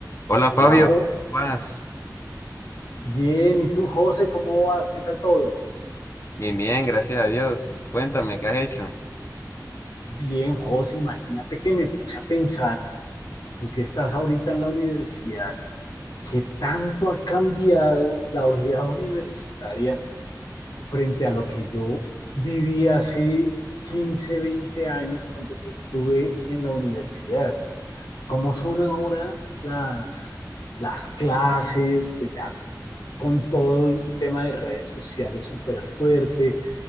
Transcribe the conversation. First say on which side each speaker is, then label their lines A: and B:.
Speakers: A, on the left (about 40°); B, on the left (about 75°).
A: Hola Fabio,
B: Hola, Jo.
A: ¿cómo vas?
B: Bien, ¿y tú, José, cómo vas? ¿Qué tal todo?
A: Bien, bien, gracias a Dios. Cuéntame, ¿qué has hecho?
B: Bien, José, imagínate que me puse a pensar, tú que estás ahorita en la universidad, ¿qué tanto ha cambiado la vida universitaria frente a lo que yo viví hace 15, 20 años cuando yo estuve en la universidad? ¿Cómo son ahora las, las clases? Pues ya con todo el tema de redes sociales súper fuerte